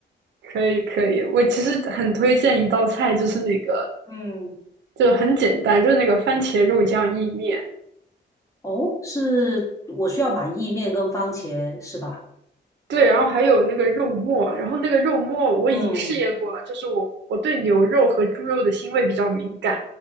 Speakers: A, on the right (about 70°); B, on the left (about 15°).
A: <laughs> 可以，可以。我其实很推荐一道菜，就是那个，
B: 嗯，
A: 就很简单，就是那个番茄肉酱意面。
B: 哦，是我需要买意面跟番茄是吧？
A: 对，然后还有那个肉末，然后那个肉末我已经试验过了，
B: 嗯
A: 就是我我对牛肉和猪肉的腥味比较敏感，